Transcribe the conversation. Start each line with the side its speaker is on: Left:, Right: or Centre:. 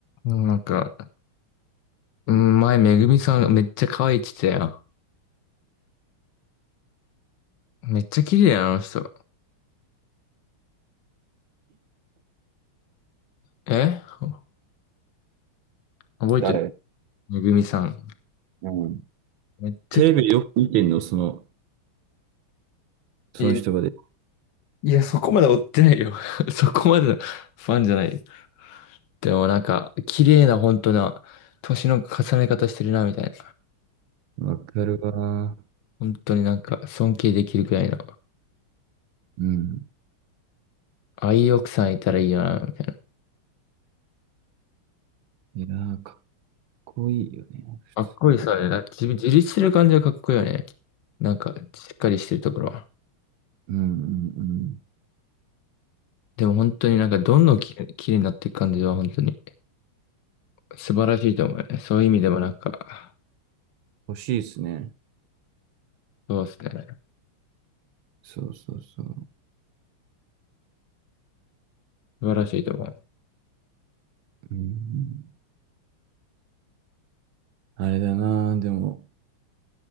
Left: うんなんか、うん前、めぐみさんめっちゃ可愛いって言ってたよ。めっちゃ綺麗な、あの人。え覚えてる
Right: 誰
Left: めぐみさん。
Right: うん。
Left: めっちゃ、
Right: テレビよく見てんの、その、その人がで。
Left: いや、いや、そこまで追ってないよ。<laughs> そこまでのファンじゃないよ。でもなんか、綺麗な、本当な、年の重ね方してるな、みたいな。
Right: わかるわ。
Left: 本当になんか、尊敬できるくらいの。
Right: うん。
Left: ああいう奥さんいたらいいよな、みたいな。
Right: いやー、かっこいいよね、普通。
Left: かっこいいさね。なんか自分自立してる感じはかっこいいよね。なんか、しっかりしてるところ。
Right: うんうんうん。
Left: でも本当になんかどんどんき、綺麗になっていく感じは本当に素晴らしいと思うね。そういう意味でもなんか、
Right: 欲しいですね。
Left: そうですね。
Right: そうそうそう。
Left: 素晴らしいと思う。
Right: うん。あれだな、でも、